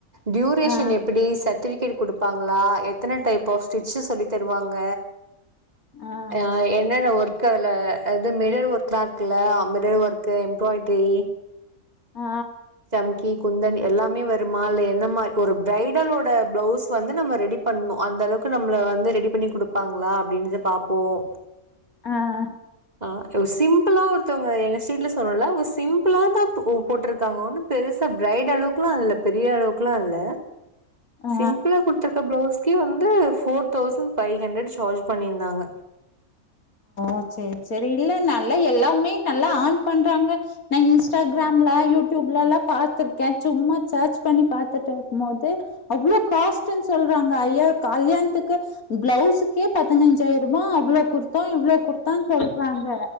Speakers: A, on the right (about 30°); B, on the left (about 75°).
A: டியூரேஷன்
B: ஆ
A: எப்டி சட்டிவிகேட் கொடுப்பாங்களா எ த்தன டைப் போஸ் ஃபிட்சு சொல்லி தருவாங்க
B: ஆ
A: ஹ என்னென்ன ஒர் கல அது மிடில் ஒர்க்காலம் இல்ல அம்பது ஒர்க் எம்ப்ராய்ட்ரி
B: ஆ
A: சம்கி குந்தன் எல்லாமே வருமா இல்ல எந்த மாரி ஒரு பிரைடலோட பிளவுஸ் வந்து நம்ம ரெடி பண்ணும் அந்த அளவுக்கு நம்மள வந்து ரெடி பண்ணி கொடுப்பாங்களா அப்டின்றத பாப்போம்
B: ஆ ஆ
A: ஆ ஒரு சிம்பிளா ஒருத்தவங்க எங்க ஸ்ரிட்ல சொன்னல அவுங்க சிம்பிளா தான் போட்டிருக்காங்க ஒன்னு பெருசா பிரைட் அளவுக்குலாம் இல்ல பெரிய அளவுக்குலாம் இல்ல
B: ஆ
A: சிம்பளா குடுத்தாக்க ப்ளவுஸ் வந்து four thousand five hundred charge பண்ணியிருந்தாங்க
B: ஓகே செரி இல்ல நல்லா எல்லாமே நல்லா ஆன் பண்றாங்க நான் இன்ஸ்டாகிராம்ல யூடியூப்லலாம் பாத்திருக்கேன் சும்மா சர்ச் பண்ணி பாத்துட்டு இருக்கும் போது அவ்ளோ காஸ்ட்ன்னு சொல்றாங்க ஐயா கல்யாணத்துக்கு பிளவுஸுக்கே பதினைஞ்சாயிரூவா அவ்வளோ குடுத்தோம் இவ்ளோ கொடுத்தோனு சொல்றாங்க